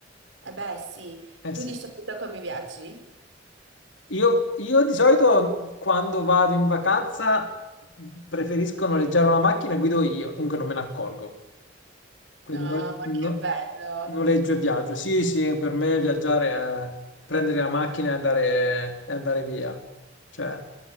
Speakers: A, on the right (about 85°); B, on the left (about 85°).
A: Eh beh, sì.
B: Eh
A: Tu
B: sì.
A: di solito come viaggi?
B: Io, io di solito quando vado in vacanza preferisco noleggiare una macchina e guido io, dunque non me ne accorgo. Quindi
A: Ah,
B: no-
A: ma
B: no-
A: che bello.
B: noleggio e viaggio. Sì, sì, per me viaggiare è prendere la macchina e andare, e andare via. Cioè,